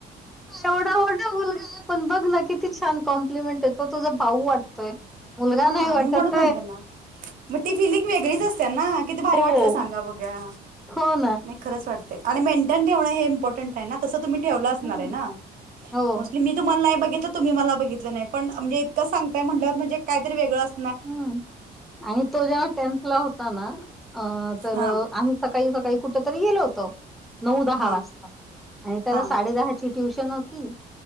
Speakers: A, in the centre; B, on the right.
A: एवढा मोठा मुलगाय. पण बघ ना, किती छान कॉम्प्लिमेंटय. तो तुझा भाऊ वाटतोय. मुलगा
B: हा.
A: नाही वाटत
B: म म्हड म्हणलं
A: आहे.
B: ना. मग ती, फिलिंग वेगळीच असते ना. किती भारी
A: हो,
B: वाटलं सांगा. बघ्या.
A: हो ना.
B: खरच वाटतंय. आणि मेनटेन ठेवणं हे इंपॉर्टन्ट आहे ना? तस तुम्ही ठेवलं असणारे
A: हं,
B: ना?
A: हो.
B: मोस्टली मी तुम्हाला नाही बघितलं. तुम्ही मला बघितलं नाही. पण जे इतकं सांगताय म्हणल्यावर, म्हणजे काही तरी वेगळ अस
A: हम्म, आणि तो जेव्हा टेन्थ ला होता होता ना. अ तर
B: हां
A: आम्ही सकाळी - सकाळी, कुठं तरी गेलो होतो. नऊ - दहा
B: हां
A: वाजता. आणि त्याला
B: हां
A: साडे दहाची ट्युशन होती.